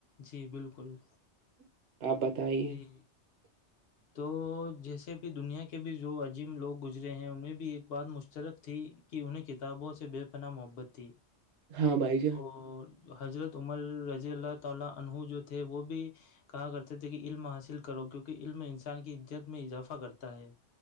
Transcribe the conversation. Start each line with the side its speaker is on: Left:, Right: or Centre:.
Left: جی بالکل
Right: ہ آپ بتائیے
Left: ہوں
Right: <inaudible>
Left: تو جیسے بھی دنیا کے بھی جو عجیم لوگ گزرے ہیں انہیں بھی ایک بات مشترک تھی کہ انہیں کتابوں سے بے پناہ محبت تھی
Right: ہاں بھائی جان
Left: اور حضرت عمر رضی اللہ تعالی انہو جو تھے وہ بھی کہا کرتے تھے علم حاصل کرو کیونکہ علم انسان کی عزت میں اضافہ کرتا ہے